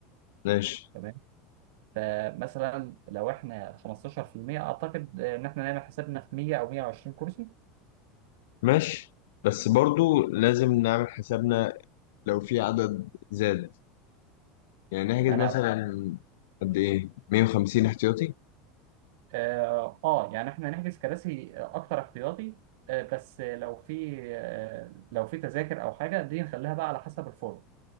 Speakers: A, on the left (about 75°); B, on the right (about 60°).
A: ماشي
B: تمام فمثلا لو احنا 15% اعتقد ان احنا نعمل حسابنا في 100 او 120 كرسي
A: ماشي بس برضو لازم نعمل حسابنا لو في عدد زاد يعني نحجز
B: ما انا
A: مثلا قد إيه 150 احتياطي
B: اه آه، يعني احنا نحجز كراسي اكتر احتياطي آه، بس لو في آه، لو في تذاكر او حاجه دي نخليها بقى على حسب الفورم